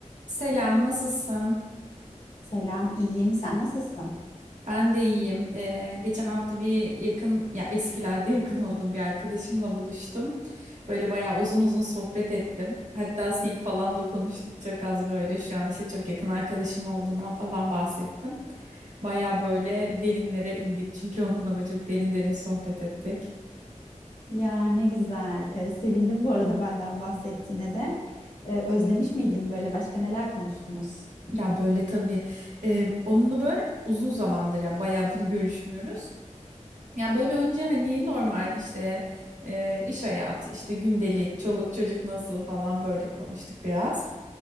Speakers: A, on the right; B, on the left.
A: Selam, nasılsın?
B: Selam, iyiyim. Sen nasılsın?
A: Ben de iyiyim. Ee, geçen hafta bir yakın, ya eskilerde <laughs> yakın olduğum bir arkadaşımla buluştum. Böyle bayağı uzun uzun sohbet ettim. Hatta seni falan da konuştuk çok az böyle. Şu an işte çok yakın arkadaşım olduğundan falan bahsettim. Bayağı böyle derinlere indik çünkü onunla böyle çok derin derin sohbet ettik.
B: Ya ne güzel. Ee, sevindim bu arada benden bahsettiğine de. Ee, özlemiş miydin böyle başka neler konuştunuz?
A: Ya böyle tabii e, onunla böyle uzun zamandır yani bayağıdır görüşmüyoruz. Ya böyle önce hani normal işte e, iş hayatı işte gündelik çoluk çocuk nasıl falan böyle konuştuk biraz.